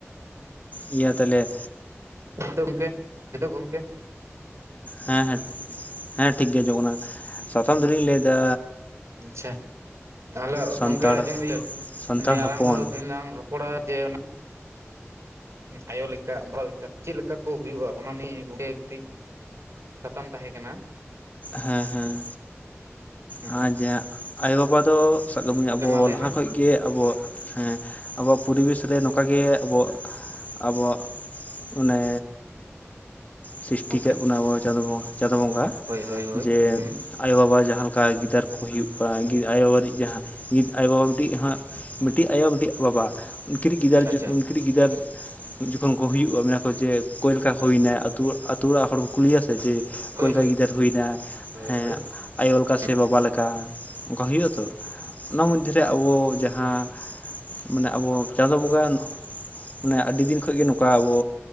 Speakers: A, on the left; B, on the right.
A: ᱤᱭᱟᱹ ᱛᱟᱞᱮ
B: ᱱᱤᱛᱚᱜ ᱜᱚᱝᱠᱮ ᱡᱤᱛᱚᱜ ᱜᱚᱝᱠᱮ
A: ᱦᱮᱸ ᱦᱮᱸ ᱦᱮᱸ ᱴᱷᱤᱠ ᱜᱮ ᱟᱡᱚᱢᱚᱜ ᱠᱟᱱᱟ ᱥᱟᱛᱟᱢ ᱫᱚᱞᱤᱧ ᱞᱟᱹᱭ ᱮᱫᱟ
B: ᱟᱪ ᱪᱷᱟ ᱛᱟᱦᱮᱞᱮ
A: ᱥᱟᱱᱛᱟᱲ
B: ᱟᱸᱡᱚᱢ
A: ᱥᱟᱱᱛᱟᱲ
B: ᱟᱞᱟᱝ
A: ᱦᱚᱯᱚᱱ
B: ᱫᱚ ᱛᱮᱦᱮᱧ ᱞᱟᱝ ᱨᱚ ᱠᱚᱲᱟ ᱡᱮ <unintelligible> ᱟᱭᱳ ᱞᱮᱠᱟ ᱵᱟᱵᱟ ᱞᱮᱠᱟ ᱪᱮᱫ ᱞᱮᱠᱟ ᱠᱚ ᱦᱩᱭᱩᱜᱼᱟ ᱚᱱᱟ ᱱᱤᱭᱮ ᱜᱚᱝᱠᱮ ᱠᱟᱹᱴᱤᱡ ᱥᱟᱛᱟᱢ ᱛᱟᱦᱮᱸ ᱠᱟᱱᱟ
A: ᱦᱮᱸ ᱦᱮᱸ
B: ᱦᱮᱸ
A: ᱟᱨᱮ ᱡᱮ ᱟᱭᱚᱵᱟᱵᱟ ᱫᱚ ᱥᱟᱵ ᱠᱟᱜ ᱢᱮᱧ
B: ᱜᱚᱝᱠᱮ
A: ᱟᱵᱚ
B: ᱢᱟ ᱞᱟᱹᱭ
A: ᱞᱟᱦᱟ
B: ᱢᱮ
A: ᱠᱷᱚᱡ ᱜᱮ ᱟᱵᱚ ᱦᱮᱸ ᱟᱵᱚᱣᱟᱜ ᱯᱚᱨᱤᱵᱮᱥ ᱨᱮ ᱱᱚᱝᱠᱟ ᱜᱮ ᱟᱵᱚ ᱟᱵᱚᱣᱟᱜ ᱢᱟᱱᱮ ᱥᱤᱨᱤᱥᱴᱤ
B: ᱜᱚᱝᱠᱮ
A: ᱠᱟᱜ ᱵᱚᱱᱟ ᱟᱵᱚ ᱪᱟᱸ ᱪᱟᱸᱫᱚ ᱵᱚᱸᱜᱟ
B: ᱦᱳᱭ ᱦᱳᱭ ᱦᱳᱭ
A: ᱡᱮ
B: ᱦᱩᱸ
A: ᱟᱭᱚᱼᱵᱟᱵᱟ ᱡᱟᱦᱟᱸ ᱚᱱᱠᱟ ᱜᱤᱫᱟᱹᱨ ᱠᱚ ᱦᱩᱭᱩᱜᱼᱟ ᱟᱭᱚᱼᱤᱡ ᱡᱟᱦᱟᱸ ᱟᱭᱳᱼᱵᱟᱵᱟ ᱢᱤᱫᱴᱤᱡ ᱢᱤᱫᱴᱤᱡ ᱟᱭᱳ ᱢᱤᱫᱴᱤᱡ ᱵᱟᱵᱟ ᱩᱱᱠᱤᱡ ᱜᱤᱫᱟᱹᱨ
B: ᱟᱪᱪᱷᱟ
A: ᱩᱱᱠᱴᱤᱡ ᱜᱤᱫᱟᱹᱨ ᱡᱚᱠᱷᱚᱱ ᱠᱚ ᱦᱩᱭᱩᱜᱼᱟ ᱢᱮ ᱠᱚ ᱡᱮ ᱚᱠᱚᱭ ᱞᱮᱠᱟ ᱦᱩᱭᱱᱟᱭᱛᱹ ᱚᱲᱟᱜ ᱦᱚᱲ ᱠᱚ ᱠᱩᱞᱭᱟ ᱥᱮ ᱡᱮ ᱚᱠᱚᱭ
B: ᱦᱳᱭ
A: <unintelligible> ᱞᱮᱠᱟ
B: ᱦᱳᱭ
A: ᱜᱤᱫᱟᱹᱨ ᱦᱩᱭᱱᱟ
B: ᱦᱳᱭ
A: ᱦᱮᱸ
B: ᱦᱳᱭ
A: ᱟᱭᱳ ᱚᱱᱠᱟ ᱥᱮ ᱵᱟᱵᱟ
B: ᱦᱮᱸ
A: ᱞᱮᱠᱟ ᱚᱱᱠᱟ ᱦᱩᱭᱩᱜᱼᱟ ᱛᱚ ᱚᱱᱟ ᱢᱚᱫᱽᱫᱷᱮᱨᱮ ᱟᱵᱚ ᱡᱟᱦᱟᱸ ᱢᱟᱱᱮ ᱟᱵᱚ ᱪᱟᱸᱫᱳ ᱵᱚᱸᱜᱟᱱ ᱢᱟᱱᱮ ᱟᱹᱰᱤ ᱫᱤᱱ ᱠᱷᱚᱱ ᱜᱮ ᱱᱚᱝᱠᱟ ᱟᱵᱚ